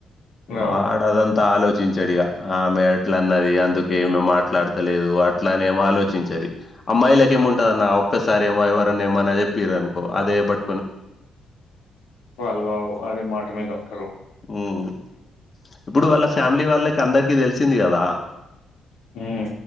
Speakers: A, on the left (about 30°); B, on the left (about 90°).
A: వాడదంతా
B: అవును
A: ఆలోచిం చడు ఇగ ఆమె ఇట్ల అన్నది అందుకే ఈమె మా ట్లాడతలేదు అట్ల అనే ఏమో ఆలోచించేది అమ్మాయిలక ఏముంటదన్న ఒక్కసారి ఏమో ఎవరన్నా ఏమన్న చెప్పిరు అనుకో అదే బట్
B: వాల్ వావ్ అదే మాట మీద ఉంటరు
A: హ్మ్ ఇప్పుడు వాళ్ళ ఫ్యామిలీ వాళ్ళకి అందరికిీ తెలిసింది కదా
B: ఉమ్